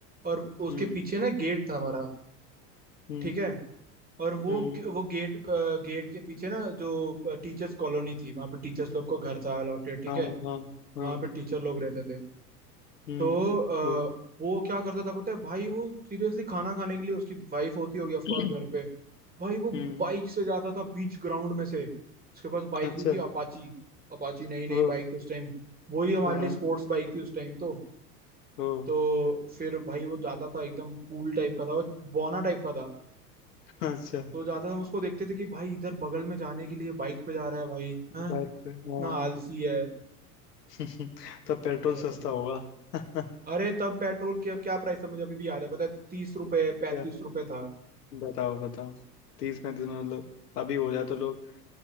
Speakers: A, on the right; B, on the left.
A: और उसके
B: हम्म
A: पीछे ना गेट था हमारा
B: हम्म
A: ठीक है और वो
B: हम्म
A: वो गेट गेट के पीछे ना जो टीचर्स कॉलोनी थी वहां पे टीचर्स लोग को घर था अलॉटेड ठीक
B: हाँ
A: है
B: हाँ हाँ
A: वहां पे टीचर लोग रहते थे
B: हम्म
A: तो आ,
B: वो
A: वो क्या करता था पता है भाई वो सीरियसली खाना खाने के लिए उसकी वाइफ होती होगी ऑफकोर्स
B: <clears throat>
A: घर पे भाई वो
B: हम्म
A: बाइक से जाता था बीच ग्राउंड में से उसके पास बाइक
B: अच्छा
A: भी थी अपाची अपाची नई नई
B: ओ
A: बाइक थी उस टाइम वही हमारे
B: हाँ
A: लिए स्पोर्ट्स बाइक थी उस टाइम तो
B: ओ <laughs>
A: तो फिर भाई वो जाता था एकदम कूल टाइप का था वो बौना टाइप का था
B: अच्छा
A: तो जाता था हम उसको देखते थे कि भाई इधर बगल में जाने के लिए बाइक पे जा रहा है भाई हाँ
B: बाइक पे
A: इतना
B: हाँ
A: आलसी है
B: <laughs> तब
A: हाँ,
B: पेट्रोल
A: ऐसा
B: सस्ता
A: था
B: होगा <laughs>
A: अरे तब पेट्रोल की क्या प्राइस था मुझे अभी भी याद है पता है तीस रुपए पैंतीस
B: क्या
A: रुपए था
B: बताओ बताओ तीस पैंतीस में मतलब अभी हो जाए तो लोग